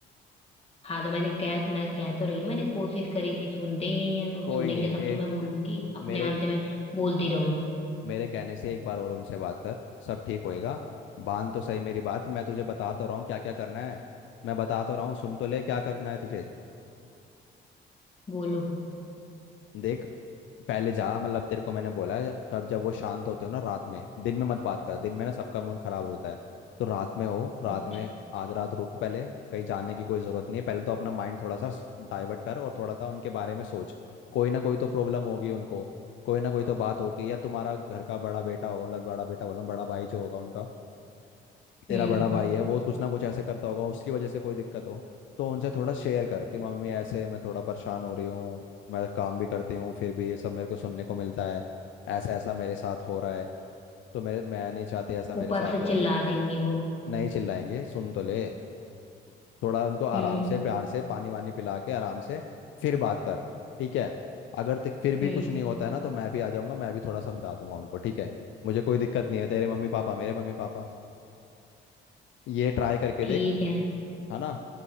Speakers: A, on the left; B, on the left.
A: हाँ तो मैंने कह मैं कह तो रही हूँ मैंने कोशिश करी थी सुनते ही नहीं है और
B: कोई
A: सुनेंगे
B: नहीं
A: तब
B: एक
A: तो मैं बोलूंगी अपने
B: मेरे
A: मन से मैं बोलती रहूं
B: मेरे कहने से एक बार और उनसे बात कर सब ठीक होएगा बांध तो सही मेरी बात मैं तुझे बता तो रहा हूँ क्या क्या करना है मैं बता तो रहा हूँ सुन तो ले क्या करना है तुझे
A: बोलो
B: देख पहले जा मतलब तेरे को मैंने बोला है कब जब वो शांत होते हो ना रात में दिन में मत बात कर दिन में ना सबका मूड खराब होता है तो रात में हो रात
A: अच्छा
B: में आज रात रुक पहले कहीं जाने की कोई जरूरत नहीं है पहले तो अपना माइंड थोड़ा सा डाइवर्ट कर और थोड़ा सा उनके बारे में सोच कोई ना कोई तो प्रॉब्लम होगी उनको कोई ना कोई तो बात होगी या तुम्हारा घर का बड़ा बेटा होगा मतलब बड़ा बेटा बोला बड़ा भाई जो होगा उनका तेरा
A: हम्म
B: बड़ा भाई है वो कुछ ना कुछ ऐसे करता होगा उसकी वजह से कोई दिक्कत हो तो उनसे थोड़ा शेयर कर कि मम्मी ऐसे मैं थोड़ा परेशान हो रही हूँ मैं काम भी करती हूँ फिर भी ये सब मेरे को सुनने को मिलता है ऐसा ऐसा मेरे साथ हो रहा है तो मेरे मैं नहीं चाहती ऐसा मेरे
A: ऊपर
B: साथ
A: से
B: हो
A: चिल्ला देंगी वो
B: नहीं चिल्लाएंगे सुन तो ले थोड़ा उनको आराम
A: हम्म
B: से प्यार से पानी वानी पिला के आराम से फिर बात कर ठीक है अगर तक फिर भी
A: हम्म
B: कुछ नहीं होता है ना तो मैं भी आ जाऊंगा मैं भी थोड़ा समझा दूंगा उनको ठीक है मुझे कोई दिक्कत नहीं है तेरे मम्मी पापा मेरे मम्मी पापा ये ट्राई करके
A: ठीक
B: देख
A: है
B: है ना